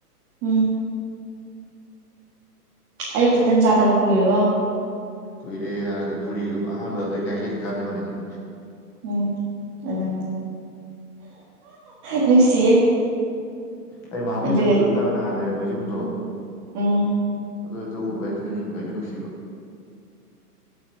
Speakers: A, on the right; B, in the centre.
A: ꯎꯝ ꯑꯌꯨꯛꯇ ꯇꯟ ꯆꯥ ꯊꯕ ꯀꯨꯏꯔꯦꯔꯤꯕꯣ
B: ꯀꯣꯏꯔꯦ ꯍꯔꯗꯤ ꯄꯨꯔꯤ ꯑꯗꯨꯝ ꯑꯍꯥꯟꯕ ꯒꯥꯏꯂ ꯀꯔꯅ ꯄꯅꯤ ꯑꯗꯨ
A: ꯎꯝ ꯑꯣ ꯅꯨꯡꯁꯤꯌꯦ
B: ꯑꯩ ꯃꯍꯥꯕꯂꯤ
A: ꯑꯗꯨꯒ
B: ꯆꯠꯄꯗꯨ ꯅ ꯅꯥꯟ ꯂꯩꯔꯦ ꯅꯣꯏ ꯌꯨꯝꯗꯣ
A: ꯎꯝ
B: ꯑꯗꯨ ꯍꯦꯛꯇ ꯎꯕ ꯍꯦꯛꯇ ꯅꯤꯡꯁꯤꯡꯕ ꯍꯛꯇꯦ ꯎꯅꯨꯡꯁꯤꯕ